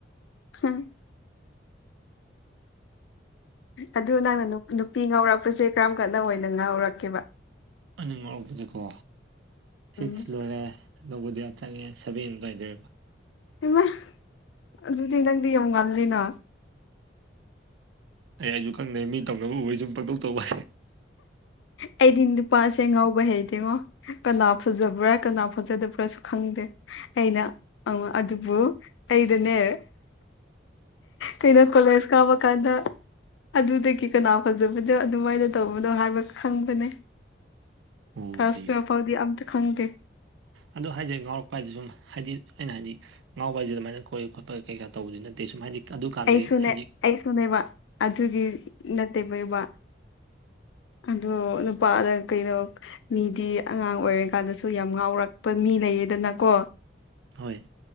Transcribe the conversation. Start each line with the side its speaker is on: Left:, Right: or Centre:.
Left: ꯎꯝ ꯑꯗꯨ ꯅꯪꯅ ꯅꯨꯄꯤ ꯉꯥꯎꯔꯛꯄꯁꯦ ꯀꯔꯝ ꯀꯅ ꯑꯣꯏꯅ ꯉꯥꯎꯔꯛꯀꯦꯕ
Right: ꯑꯅꯤ ꯉꯧꯔꯛꯄꯁꯦꯀꯣ ꯁꯤꯛꯁ
Left: ꯎꯝ
Right: ꯂꯣꯏꯔꯦ ꯑꯅꯧꯕꯗꯤꯌꯥ ꯆꯪꯉꯦ ꯁꯕꯦꯟ ꯑꯗꯨꯋꯥꯏꯗ
Left: ꯏꯃ ꯑꯗꯨꯗꯤ ꯅꯪꯗꯤ ꯌꯥꯝ ꯉꯜꯂꯤꯅ
Right: ꯑꯩ ꯑꯩꯁꯨ ꯈꯪꯅꯩ ꯃꯤ ꯇꯧꯅꯕ ꯎꯕ ꯁꯨꯝ ꯄꯪꯇꯧ ꯇꯧꯕ
Left: ꯑꯩꯗꯤ ꯅꯨꯄꯥꯁꯦ ꯉꯥꯎꯕ ꯍꯩ ꯇꯡꯉꯣ ꯀꯅꯥ ꯐꯖꯕ꯭ꯔꯥ ꯀꯅꯥ ꯐꯖꯗꯕ꯭ꯔꯥꯁꯨ ꯈꯪꯗꯦ꯫ ꯑꯩꯅ ꯑ ꯑꯗꯨꯕꯨ ꯑꯩꯗꯅꯦ꯫ ꯀꯩꯅꯣ ꯀꯣꯂꯦꯖ ꯀꯥꯕ ꯀꯥꯟꯗ ꯑꯗꯨꯗꯒꯤ ꯀꯅꯥ ꯐꯖꯕꯅꯣ ꯑꯗꯨꯃꯥꯏꯅ ꯇꯧꯕꯗꯣ ꯍꯥꯏꯕ ꯈꯪꯕꯅꯦ
Right: ꯑꯣ
Left: ꯀ꯭ꯂꯥꯁ
Right: ꯐꯩ
Left: ꯇꯨꯋꯦꯜꯐ ꯐꯥꯎꯗꯤ ꯑꯝꯇ ꯈꯪꯗꯦ꯫
Right: ꯑꯗ ꯍꯥꯏꯁꯦ ꯉꯥꯎꯔꯛꯄ ꯍꯥꯏꯁꯦ ꯁꯨꯝ ꯍꯥꯏꯗꯤ ꯑꯩꯅ ꯍꯥꯏꯗꯤ ꯉꯥꯎꯕ ꯍꯥꯏꯁꯤ ꯑꯗꯨꯃꯥꯏꯅ ꯀꯣꯏ ꯈꯣꯠꯄ ꯀꯩ ꯀꯥ ꯇꯧꯕꯗꯤ ꯅꯠꯇꯦ ꯁꯨꯃꯥꯏ ꯍꯥꯏꯗꯤ ꯑꯗꯨꯀꯥꯟꯗꯒꯤ
Left: ꯑꯩꯁꯨꯅꯦ
Right: ꯍꯥꯏꯗꯤ
Left: ꯑꯩꯁꯨꯅꯦꯕ ꯑꯗꯨꯒꯤ ꯅꯠꯇꯦꯕꯕ ꯑꯗꯣ ꯅꯨꯄꯥꯗ ꯀꯩꯗꯣ ꯃꯤꯗꯤ ꯑꯉꯥꯡ ꯑꯣꯏꯔꯤꯀꯥꯟꯗꯁꯨ ꯌꯥꯝ ꯉꯥꯎꯔꯛꯄ ꯃꯤ ꯂꯩꯌꯦꯗꯅꯀꯣ
Right: ꯍꯣꯏ